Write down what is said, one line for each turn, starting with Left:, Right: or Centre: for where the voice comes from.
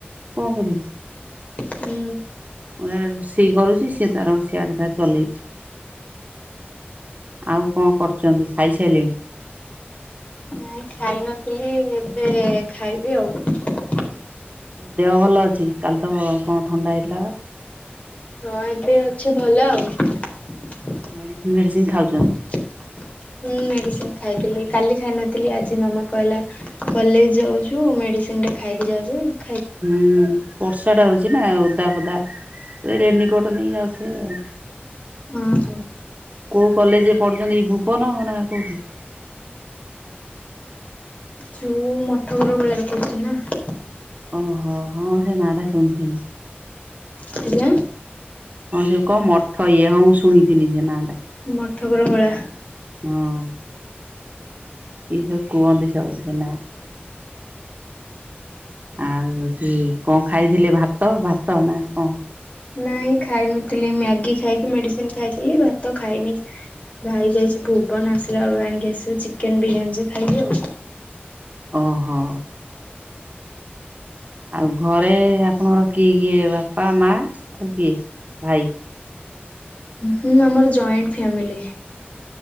Right: କଁ କରିବି ମୁଁ
Left: ହୁଁ।
Right: ଇଆଡେ ରୋଷେଇ କରୁଛି ସିଏ ତାର ବସି । ସିଆଡେ ତାର ଚଲେଇଛି ଆଉ କଣ କରୁଚନ୍ତି ଖାଇ ସାଇଲେଣି। <unintelligible>
Left: ନାଇଁ ଖାଇ ନଥିଲି ଏବେ ଖାଇବି ଆଉ ।
Right: ଦେହ ଭଲ ଅଛି କାଲି ତ କଣ ଥଣ୍ଡା ହେଇଥିଲା ବା ।
Left: ହଁ ଏବେ ଅଛି ଭଲ ଆଉ ।
Right: ମେଡ଼ିସିନ ଫେଡ଼ିସିନ ଖାଉଛନ୍ତି
Left: ହୁଁ ମେଡିସିନ ଖାଇଥିଲି। କାଲି ଖାଇ ନଥିଲି ଆଜି ମାମା କହିଲା କଲେଜ ଯାଉଛୁ ମେଡିସିନ ଟେ ଖାଇକି ଯାଉଛୁ ।
Right: ହୁଁ ବର୍ଷା ଟା ହଉଛି ନା ଓଦା ପୋଦା ଏବେ ରେନିକୋଟ୍ । ନେଇ କି ଯାଉଥିବେ
Left: ହଁ ହଁ।
Right: କୋଉ କଲେଜ୍ ‌। ପଡୁଛନ୍ତି ଏଇ ଭୁବନ ନା କୋଉଠି ।
Left: ଚୁ ମଠ ଘର ବେଳାରେ ପଢୁଚି ନା ।
Right: ଓହୋ ହଁ ସେ ନାଟା ଶୁଣିଥିଲି ‌।
Left: ଆଜ୍ଞା ।
Right: ହଁ ସେ କଣ ମଠ ଇଏ ହଁ ମୁଁ ଶୁଣିଥିଲି ସେ ନା ଟା ।
Left: ମଠକର ଗୋଳା ।
Right: ହଁ । ଇଏ ସବ କୁଅନ୍ତି ସବୁ ସେ‌ ନା ‌। ଆଉ କି କଁ ଖାଇଥିଲେ ଭାତ ଭାତ ନା କଣ ।
Left: ନାଇଁ ଖାଇ ନଥିଲି ମ୍ୟାଗି ଖାଇକି ମେଡିସିନ ଖାଇଥିଲି ଭାତ ଖାଇନି। ଭାଇ ଯାଇଛି ଭୁବନ ଆସିଲା ବେଳକୁ ଆଣିକି ଆସିବ ଚିକେନ ବିରିୟାନୀ ଯେ ଖାଇବି ଆଉ।
Right: ଓହୋ ଆଉ ଘରେ ଆପଣଙ୍କର କିଏ କିଏ ବାପା ମା ଆଉ କିଏ ଭାଇ ।
Left: ହୁଁ ଆମର ଜଏଣ୍ଟ ଫ୍ୟାମିଲି ।